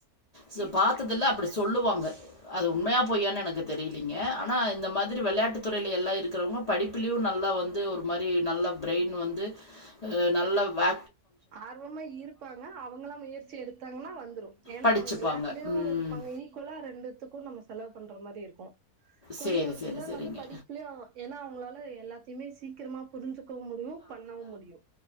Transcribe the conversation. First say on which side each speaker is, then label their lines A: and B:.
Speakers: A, on the left; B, on the right.
A: சில
B: இருக்கு
A: பாத்ததில்ல அப்டி சொல்லுவாங்க அது உண்மையா பொய்யான்னு எனக்கு தெரிலீங்க ஆனா இந்த மாதிரி வெளையாட்டு துறைல எல்லாம் இருக்கிறவங்க படிப்புலயு நல்லா வந்து ஒரு மாரி நல்ல ப்ரெயின் வந்து நல்ல வே
B: ஆர்வமா இருப்பாங்க அவுங்களா முயற்சி எடுத்தாங்கன்னா வந்துரு ஏன்னா
A: படிச்சுப்பாங்க.
B: அவங்க விளாட்டுலேயுருப்பாங்க
A: ம்.
B: குலா ரெண்டுத்துக்கு நம்ம செலவு பண்ற மாரிருக்கு
A: சேரி,
B: கொஞ்சோ ஒரு
A: சேரி,
B: சிலர்
A: சேரிங்க.
B: வந்து படிப்புலயு ஏன்னா அவுங்களால எல்லாத்தயுமே சீக்கிரமா புரிஞ்சுக்கவு முடியு பண்ணவு முடியு